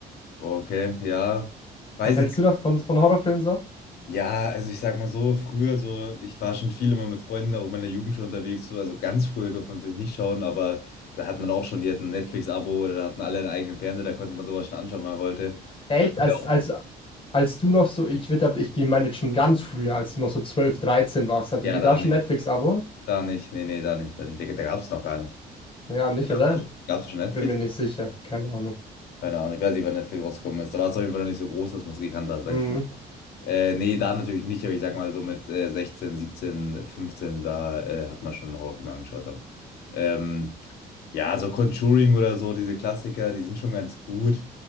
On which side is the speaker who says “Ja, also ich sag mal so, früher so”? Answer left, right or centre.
Left